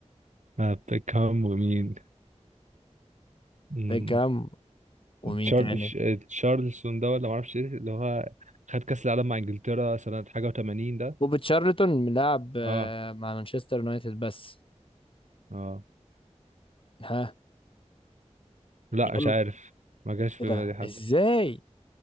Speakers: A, on the right; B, on the left.
A: آه بيكهام ومين مم،
B: بيكهام ومين
A: تشارلز
B: تاني
A: آه، تشارلسون ده ولا معرفش ايه اللي هو خد كأس العالم مع انجلترا سنة حاجة و80 ده
B: وبتشارلتون لاعب آه،
A: اه
B: مع مانشستر يونايتد بس
A: اه
B: ها
A: لا
B: يلا
A: مش عارف ما جاش في
B: ايه ده
A: بالي حد
B: ازاي